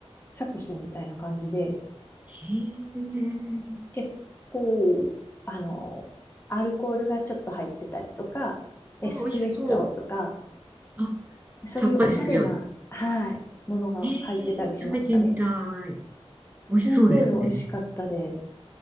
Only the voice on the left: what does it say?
作品みたいな感じで、
結構、あの、アルコールがちょっと入ってたりとか、エスプレッソとか、
そういうおしゃれな、
はい、ものが入ってたりしましたね。
すごい美味しかったです。